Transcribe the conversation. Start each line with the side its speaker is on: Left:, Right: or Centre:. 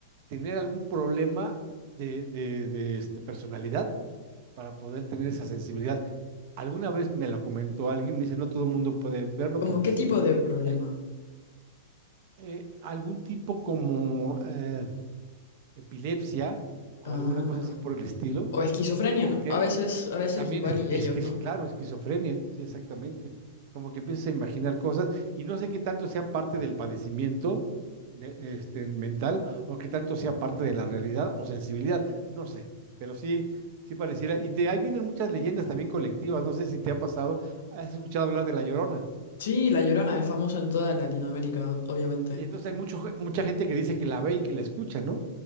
Right: tener algún problema de, de de, este, personalidad para poder tener esa sensibilidad Alguna vez me lo comentó alguien, me dice, no todo el mundo puede verlo
Left: ¿Como
Right: porque
Left: qué
Right: sí,
Left: tipo de problema?
Right: hay eh, algún tipo como eh, epilepsia o
Left: Ah.
Right: alguna cosa así por el estilo,
Left: O esquizofrenia,
Right: porque
Left: ¿no? A veces, a veces
Right: también
Left: igual
Right: es que
Left: y
Right: es
Left: ellos,
Right: que
Left: ¿no?
Right: es claro, esquizofrenia, sí, exactamente, como que empiezas a imaginar cosas y no sé qué tanto sea parte del padecimiento de- este, mental o qué tanto sea parte de la realidad o sensibilidad, no sé, pero sí. Sí pareciera, y de ahí vienen muchas leyendas también colectivas, no sé si te ha pasado, has escuchado hablar de La Llorona.
Left: Sí, La Llorona es famosa en toda Latinoamérica, o- obviamente.
Right: Y entonces hay mucho, mucha gente que dice que la ve y que la escucha, ¿no?